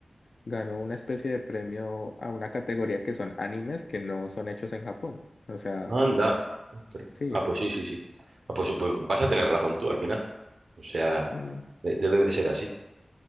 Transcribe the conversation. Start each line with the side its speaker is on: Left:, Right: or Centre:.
Left: ganó una especie de premio a una categoría que son animes que no son hechos en Japón. O sea,
Right: Anda. Ostras.
Left: sí,
Right: Ah, pues sí, sí, sí. Ah, pues, pues vas a tener razón tú al final. O sea,
Left: mm,
Right: de- debe de ser así.